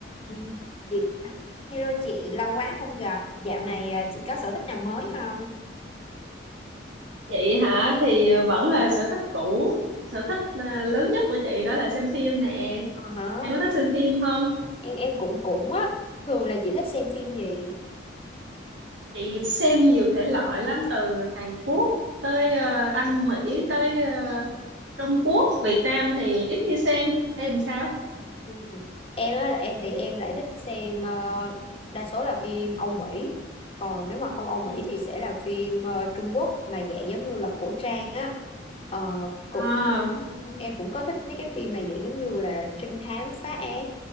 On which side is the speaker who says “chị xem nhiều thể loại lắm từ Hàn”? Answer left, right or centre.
Right